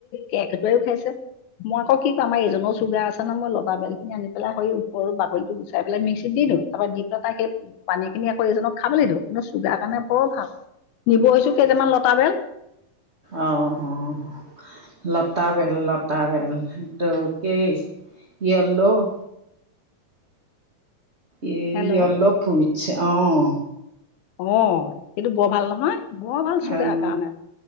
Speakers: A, on the left; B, on the right.
A: কেৰকেটোৱাইও খাইছে। মই আকৌ কি কম আমাৰ এজোপা চুগাৰ আছে ন মই লবা বেল খিনি আনি পেলাই ওপৰৰ বাকলটো গু- চাই পেলাই মিক্সিত দি দিওঁ, তাৰপৰা দি পেলাই তাই সেই পানীখিনি আকৌ এজনক খাবলৈ দিওঁ, কিন্তু চুগাৰ কাৰণে বৰ ভাল। নিবহিচোন কেইটামান লতা বেল।
B: অঁহ', -অঁহ', -অঁহ', -। লতা বেল, লতা বেল। সেইটো কি ইয়েলৌ- ই
A: হেল্ল'
B: ইয়েলৌ ফুটছ অঁহ।
A: অঁহ', - সেইটো বৰ ভাল নহয় বৰ ভাল চুগাৰ
B: অঁ
A: কাৰণে।